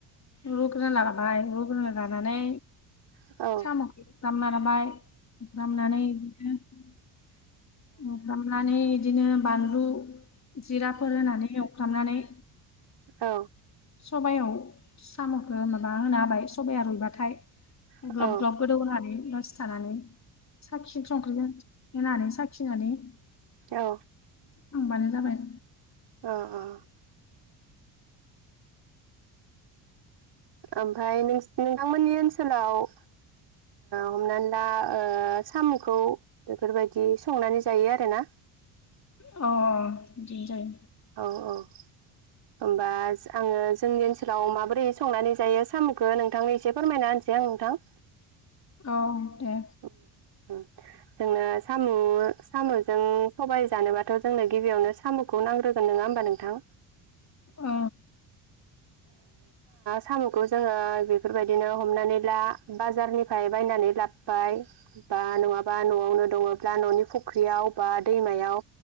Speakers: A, on the left; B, on the right.
A: रुग्रोना लाबाय रुग्रोना लानानै।
B: ओमफ्राय
A: साम'खौ एवफ्रामना लाबाय एफ्रामनानै बिदिनो। फ्रामनानै बिदिनो बानलु जिराफोर होनानै एवफ्रामनानै।
B: औ।
A: सबायाव साम'खो माबा होना होबाय सबाया रुइबाथाय।
B: नोंथांमोननि
A: ग्लब ग्लब गोदौ होनानै दसि थानानै साखि संख्रि जों। होनानै साखिनानै
B: औ
A: होमबानो जाबाय
B: औ औ ओमफ्राय नोंथांमोननि ओनसोलाव ओ हमनानै ओ साम'खौ बेफोरबायदि संनानै जायो आरो ना
A: अ बिदिनो जायो
B: अ औ औ होमबा आङो जोंनि ओनसोलाव माबोरै संनानै जायो साम'खौ नोंथांनि एसे फोरमायना होनसै आं नोंथां
A: औ दे
B: उ जोंनो साम' साम'जों सबाय जानोबाथ' जोंनो गिबियावनो साम'खौ नांग्रोगोन नङा होम्बा नोंथां
A: अ
B: साम'खौ जोङो बेफोरबायदिनो हमनानै ला बाजारनिफ्राय बायनानै ला बा नङाबा न'आवनो दङब्ला न'नि फुख्रियाव बा दैमायाव